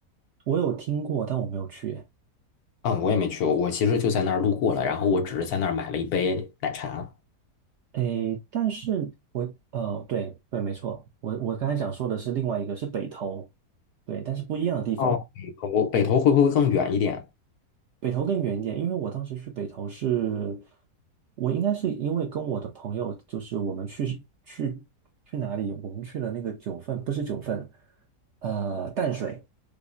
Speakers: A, on the right; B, on the left.
A: 我有听过，但我没有去耶。
B: 啊，我也没去过，我其实就在那儿路过了，然后我只是在那儿买了一杯奶茶。
A: 诶，但是我呃，对对，没错，我我刚才想说的是另外一个是北投，对，但是不一样的地方，
B: 哦，北头北头会不会更远一点？
A: 北投更远一点，因为我当时去北投是，我应该是因为跟我的朋友，就是我们去去去哪里，我们去了那个九份，不是九份，呃，淡水，